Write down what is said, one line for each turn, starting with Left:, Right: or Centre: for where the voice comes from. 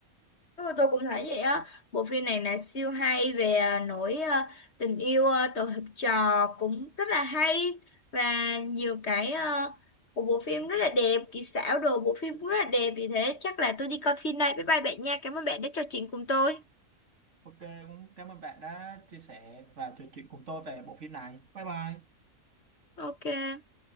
Left: Đúng rồi, tôi cũng thấy vậy á bộ phim này là siêu hay về à, nỗi à, tình yêu à, tổ hợp trò cũng rất là hay và nhiều cái à, của bộ phim rất là đẹp kỹ xảo đồ bộ phim cũng rất là đẹp vì thế chắc là tôi đi coi phim này bye bye bạn nha cảm ơn bạn đã trò chuyện cùng tôi
Right: ok cũng cảm ơn bạn đã chia sẻ và trò chuyện cùng tôi về bộ phim này bye bye
Left: ok